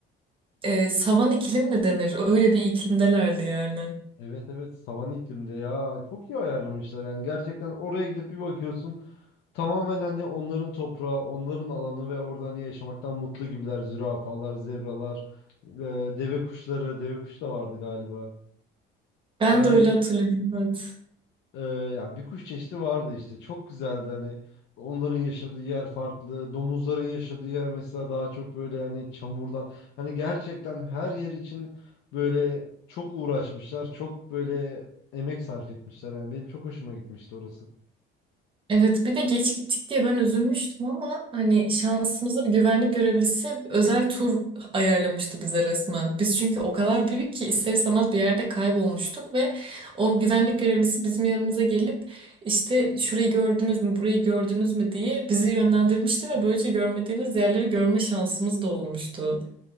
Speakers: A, on the right; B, on the left.
A: e, savan iklim mi denir? Öyle bir iklimdelerdi yani.
B: Evet evet savan iklimde ya çok iyi ayarlamışlar yani gerçekten oraya gidip bir bakıyorsun Tamamen hani onların toprağı, onların alanı ve orada hani yaşamaktan mutlu gibiler. Zürafalar, zebralar, e, deve kuşları, deve kuş da vardı galiba.
A: Ben
B: Yani
A: de öyle hatırlıyorum. Evet.
B: e, yani bir kuş çeşidi vardı işte. Çok güzeldi hani onların yaşadığı yer farklı. Domuzların yaşadığı yer mesela daha çok böyle yani çamurdan. Hani gerçekten her yer için böyle çok uğraşmışlar. Çok böyle emek sarf etmişler. Yani benim çok hoşuma gitmişti orası.
A: Evet bir de geç gittik diye ben üzülmüştüm ama hani şansımıza bir güvenlik görevlisi özel tur ayarlamıştı bize resmen. Biz çünkü o kadar büyük ki ister istemez bir yerde kaybolmuştuk ve o güvenlik görevlisi bizim yanımıza gelip işte şurayı gördünüz mü burayı gördünüz mü diye bizi yönlendirmişti ve böylece görmediğimiz yerleri görme şansımız da olmuştu.